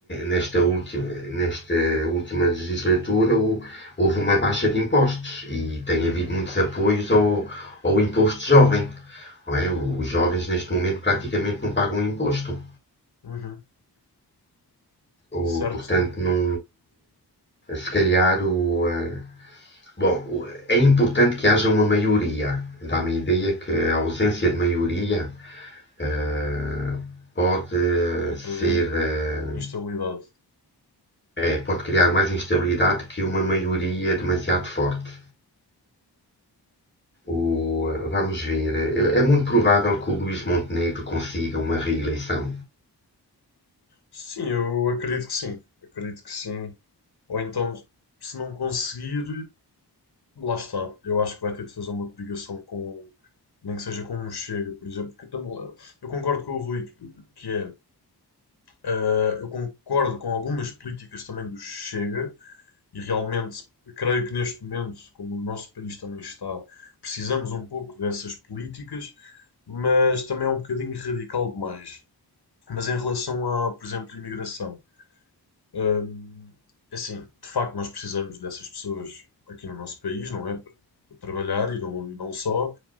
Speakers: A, on the left; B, on the left.
A: nesta, última, nesta última legislatura o- houve uma baixa de impostos e tem havido muitos apoios ao, ao imposto jovem. não é? Os jovens neste momento praticamente
B: certo.
A: não pagam imposto.
B: Uhum.
A: O-
B: Certo,
A: portanto,
B: sim.
A: não, se calhar o, eh, Bom, é importante que haja uma maioria. Dá-me a ideia que a ausência de maioria eh, pode
B: Vai trazer
A: ser,
B: in-
A: eh,
B: instabilidade.
A: eh, pode criar mais instabilidade que uma maioria demasiado forte. O, eh, vamos ver. É é muito provável que o Luís Montenegro consiga uma reeleição.
B: Sim, eu acredito que sim. Acredito que sim. Ou então, se não conseguir. Lá está. Eu acho que vai ter de fazer uma coligação com, nem que seja com um Chega, por exemplo, porque eu, também, eu concordo com o Rui que que é, eh, eu concordo com algumas políticas também do Chega e realmente creio que neste momento, como o nosso país também está, precisamos um pouco dessas políticas, mas também é um bocadinho radical demais. Mas em relação a, por exemplo, imigração. Hum, assim, de facto, nós precisamos dessas pessoas aqui no nosso país, não é? Para, para trabalhar e não, e não só,